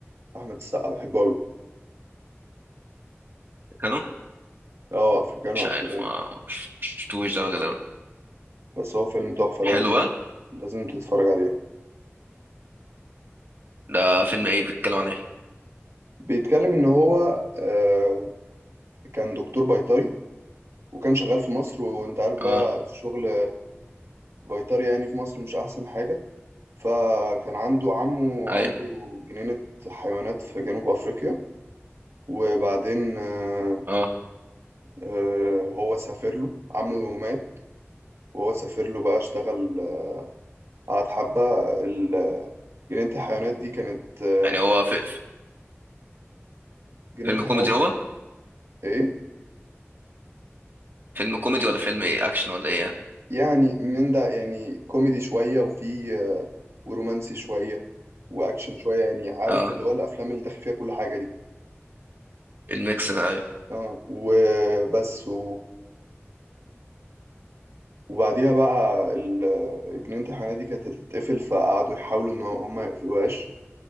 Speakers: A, on the right (about 75°); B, on the right (about 50°).
A: احمد السقا بحبه قوي
B: كانوا
A: اه افريكانو
B: مش عارف
A: افريكانو
B: ما مش- مش شفتوش ده غالبا
A: بس هو فيلم تحفه
B: حلو
A: لا- لازم
B: بقى
A: لازم تتفرج عليه
B: ده فيلم ايه بيتكلم عن ايه
A: بيتكلم ان هو آه كان دكتور بيطري وكان شغال في مصر وانت عارف بقى
B: اه
A: شغل بيطري يعني في مصر مش احسن حاجه فكان عنده عمه
B: اي
A: عنده جنينه حيوانات في جنوب افريقيا وبعدين آه،
B: اه
A: آه، هو سافر له عمه مات وهو سافر له بقى اشتغل آه، قعد حبة ال- جنينة الحيوانات دي كانت آه،
B: يعني هو في في-
A: جنينة
B: فيلم
A: الحيوانات
B: كوميدي هو
A: دي ايه
B: فيلم كوميدي ولا فيلم ايه اكشن ولا ايه يعني
A: يعني من ده يعني كوميدي شوية وفي آه، ورومانسي شوية وأكشن شوية يعني عارف
B: اه
A: اللي هو الأفلام اللي داخل فيها كل حاجة دي
B: الميكس ده ايوه
A: اه وبس و... وبعديها بقى ال- جنينة الحيوانات دي كانت هتتقفل فقعدوا يحاولوا إن هم ما يقفلوهاش